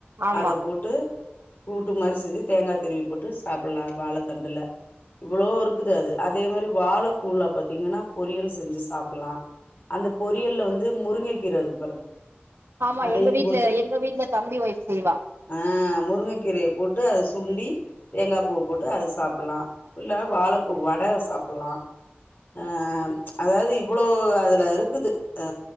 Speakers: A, on the right; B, on the left.
A: ஆமா
B: அத போட்டு கூட்டு மாறி செஞ்சு தேங்கா திருவி போட்டு சாப்பல்லா வாழத்தண்டுல இவ்ளோ இருக்குது அது அதே மாரி வாழப்பூல பாத்தீங்கன்னா பொரியல் செஞ்சு சாப்புலா அந்த பொறியல்ல வந்து முருங்கக்கீர இருக்கு பாருங்க
A: ஆமா
B: அதையு
A: எங்க வீட்ல
B: போட்டு
A: எங்க வீட்ல தம்பி ஒய்ஃப் செய்வா
B: ஆ முருங்கக்கீரய போட்டு அத சுண்டி தேங்கா பூவ போட்டு அத சாப்பல்லா இல்ல வாழப்பூ வட சாப்பல்லா ஆ அதாவது இவ்ளோ அதுல இரு க்குது அ